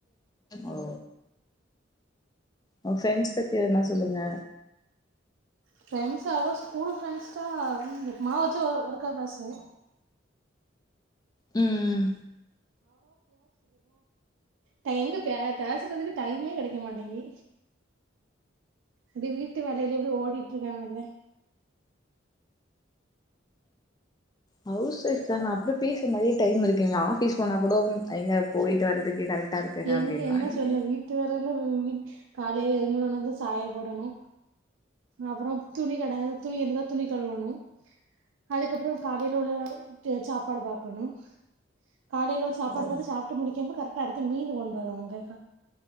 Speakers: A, on the left; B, on the right.
A: ஓ உ ஃப்ரெண்ட்ஸ் பத்தி எதுனா சொல்லுங்க
B: ஃப்ரெண்ட்ஸ் அவ்ளோ ஸ்கூலு ஃப்ரெண்ட்ஸ்ட்டா எப் மாவாச்சு ஒ ஒருக்கா பேசுவ
A: ம்
B: டை எங்க பே பேசுறதுக்கு டைமே கெடைக்க மாட்டேங்கி அது வீட்டு வேலைல அப்டி ஓடிட்டு இருக்கனல்லே
A: ஹவுஸ் ஒய்ஃப் தான அப்ற பேச நெறைய டைம் இருக்குங்க ஆஃபீஸ் போனா கூட எங்க போயிட்டு வரதுக்கு கரெக்டா இருக்குங்க
B: எங்க
A: அப்டின்வா
B: என்ன
A: நீங்க
B: சொல்ல வீட்டு வேலன்ன எப் காலைல எழும்பனதுலந்து சாய போடணு அப்றம் துணி கட துணி இருந்தா துணி கலுவணும் அதுக்கப்றம் காலையிலுள்ள சாப்பாடு பாக்கணும் காலைல உள்ள சாப்பாடு
A: ஓ
B: பாத்து சாப்ட்டு முடிக்கம்ப கரெ அடுத்து மீனு கொண்டு வருவாங்க கா